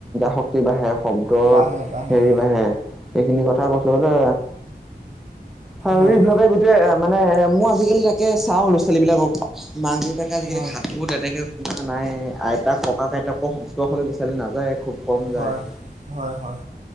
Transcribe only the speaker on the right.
বাঢ়ে বাঢ়ে হয়
হয়
হয়,
হয়, হয়, হয়,